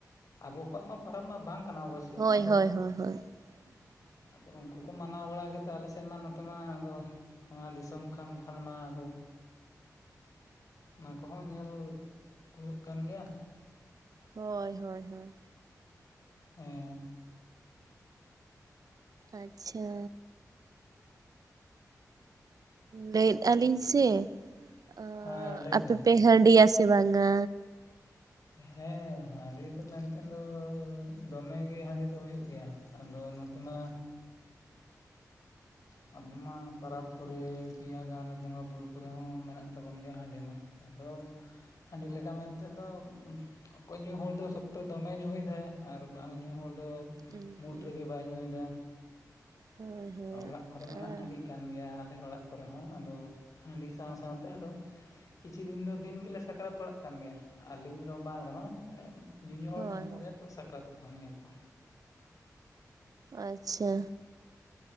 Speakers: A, on the left; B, on the right.
A: ᱟᱵᱚ ᱠᱚᱣᱟᱜ ᱢᱟ ᱯᱚᱨᱚᱵᱽ ᱢᱟ ᱵᱟᱝ ᱠᱟᱱᱟ
B: ᱦᱳᱭ
A: ᱟᱫᱚ
B: ᱦᱳᱭ ᱦᱳᱭ <inaudible>
A: ᱟᱫᱚ ᱩᱱᱠᱩ ᱠᱚ ᱢᱟᱱᱟᱣ ᱵᱟᱲᱟ ᱠᱟᱛᱮᱫ ᱟᱞᱮ ᱥᱮᱫ ᱢᱟ ᱱᱚᱛᱮ ᱢᱟ ᱟᱫᱚ ᱱᱚᱣᱟ ᱫᱤᱥᱚᱢ ᱠᱷᱟᱱ ᱠᱷᱟᱱ ᱢᱟ ᱟᱫᱚ ᱚᱱᱟ ᱠᱚᱦᱚᱸ ᱧᱮᱞ ᱦᱩᱭᱩᱜ ᱠᱟᱱ ᱜᱮᱭᱟ᱾
B: ᱦᱳᱭ ᱦᱳᱭ ᱦᱳᱭ᱾
A: ᱦᱮᱸ᱾
B: ᱟᱪᱪᱷᱟ᱾ ᱞᱟᱹᱭᱮᱫᱼᱟ ᱞᱤᱧ ᱥᱮ ᱟᱸ
A: ᱦᱮᱸ ᱞᱟᱹᱭ
B: ᱟᱯᱮ
A: ᱵᱤᱱ
B: ᱯᱮ ᱦᱟᱺᱰᱤᱭᱟ ᱥᱮ ᱵᱟᱝᱼᱟ?
A: ᱦᱮᱸ ᱦᱟᱺᱰᱤ ᱫᱚ ᱢᱮᱱᱛᱮ ᱫᱚ ᱫᱚᱢᱮ ᱜᱮ ᱦᱟᱺᱰᱤ ᱫᱚ ᱦᱩᱭᱩᱜ ᱜᱮᱭᱟ ᱟᱫᱚ ᱱᱚ ᱛᱮᱢᱟ ᱟᱵᱚ ᱢᱟ ᱯᱟᱨᱟᱵᱽ ᱠᱚᱨᱮ ᱠᱤᱭᱟ ᱡᱟᱦᱟᱸ ᱨᱮ ᱵᱚᱸᱜᱟ-ᱵᱩᱨᱩ ᱠᱚᱨᱮ ᱦᱚᱸ ᱢᱮᱱᱟᱜ ᱛᱟᱵᱚᱱ ᱜᱮᱭᱟ ᱦᱟᱺᱰᱤ ᱢᱟ᱾ ᱟᱫᱚ ᱦᱟᱺᱰᱤ ᱞᱮᱠᱟ ᱢᱮᱱᱛᱮ ᱫᱚ ᱩᱸᱷ ᱚᱠᱚᱭ ᱧᱩ ᱦᱚᱲ ᱫᱚ ᱥᱚᱠᱛᱚ ᱫᱚᱢᱮ ᱧᱩᱭᱮᱫᱟᱭ ᱟᱨ ᱵᱟᱝ ᱧᱩ ᱦᱚᱲ ᱫᱚ
B: ᱦᱩᱸ
A: ᱢᱩᱴ
B: ᱦᱩᱸ
A: ᱨᱮᱜᱮ ᱵᱟᱭ ᱧᱩᱭᱫᱟ᱾
B: ᱦᱳᱭ ᱦᱳᱭ
A: ᱚᱲᱟᱜ ᱠᱚᱨᱮ
B: ᱟᱨ
A: ᱢᱟ ᱱᱟᱦᱟᱜ ᱦᱟᱺᱰᱤᱜ ᱠᱟᱱ ᱜᱮᱭᱟ ᱟᱞᱮ ᱠᱚᱨᱮ ᱦᱚᱸ ᱟᱫᱚ ᱦᱟᱺᱰᱤ ᱥᱟᱶ ᱥᱟᱶᱛᱮ ᱟᱫᱚ ᱠᱤᱪᱷᱩ ᱫᱤᱱ ᱫᱚ ᱫᱤᱱ ᱜᱮᱞᱮ ᱥᱟᱠᱨᱟᱛ ᱵᱟᱲᱟᱜ ᱠᱟᱱ ᱜᱮᱭᱟ, ᱟᱹᱞᱤᱧ ᱨᱮᱦᱚᱸ ᱵᱟᱝ ᱨᱮᱦᱚᱸ ᱧᱩᱧᱩ ᱦᱚᱲ
B: ᱦᱳᱭ
A: ᱢᱮᱱᱟᱜ ᱠᱚᱜᱮᱭᱟ
B: ᱦᱳᱭ
A: ᱛᱚ ᱥᱟᱠᱨᱟᱛᱚᱜ ᱠᱟᱱ ᱜᱮᱭᱟ ᱠᱚ᱾
B: ᱟᱪᱪᱷᱟ᱾